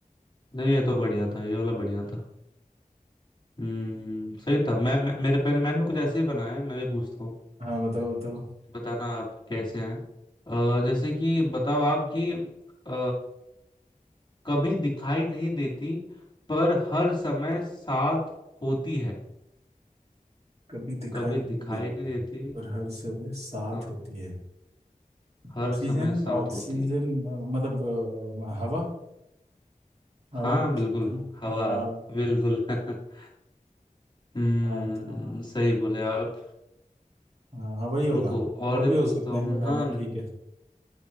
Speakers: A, on the left; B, on the right.
A: नहीं ये तो बढ़िया था ये वाला बढ़िया था हम्म सही था मैं, मैं मेरे मैंने मैंने भी कुछ ऐसे ही बनाए हैं मैं भी पूछता हूँ
B: हाँ बताओ बताओ
A: बताना आप कैसे हैं अ, जैसे कि बताओ आप कि अ, कभी दिखाई नहीं देती पर हर समय साथ होती है
B: कभी दिखाई
A: कभी
B: नहीं
A: दिखाई
B: देती
A: नहीं देती
B: है, और हर सुबह साथ
A: हाँ
B: होती है
A: हर
B: ऑक्सीजन
A: समय साथ
B: ऑक्सीजन
A: होती है
B: अ, मतलब अ, हवा हवा
A: हाँ
B: कह सकते
A: बिल्कुल
B: हैं ना
A: हवा
B: हवा
A: बिल्कुल <laughs> हम्म
B: आत्मा
A: सही बोले आप
B: हाँ, हवा ही होगा
A: रुको और
B: और
A: भी
B: भी हो
A: पूछता
B: सकते
A: हूँ
B: हैं
A: मैं
B: बट
A: हाँ
B: हवा
A: न-
B: ठीक है